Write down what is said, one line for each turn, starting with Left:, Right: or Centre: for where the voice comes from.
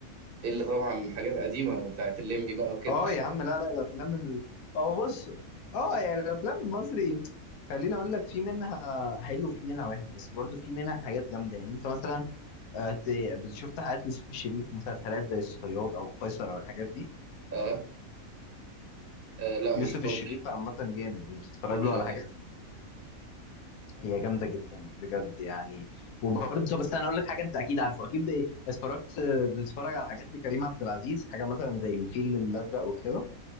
Right: إلا طبعا حاجات قديمة بتاعت الليمبي بقى وكده
Left: اه يا عم لا لا الافلام ال... اه بص اه يعني الافلام المصري خليني اقول لك في منها حلو وفي منها وحش بس برضو في منها حاجات جامده يعني انت مثلا آه، ت- بت- شفت حاجات ليوسف الشريف مسلسلات زي الصياد او القيصر او الحاجات دي
Right: <laughs> اه آه، لا ما
Left: يوسف
Right: شفتهمش
Left: الشريف عامه جامد يعني بتتفرج
Right: ما
Left: له
Right: شفتهمش أوي
Left: على حاجات
Right: يعني.
Left: هي جامده جدا بجد يعني وبرضه بس انا اقول لك حاجه انت اكيد عارفه اكيد ب- اتفرجت بتتفرج على حاجات لكريم عبد العزيز حاجه مثلا زي الفيل الازرق وكده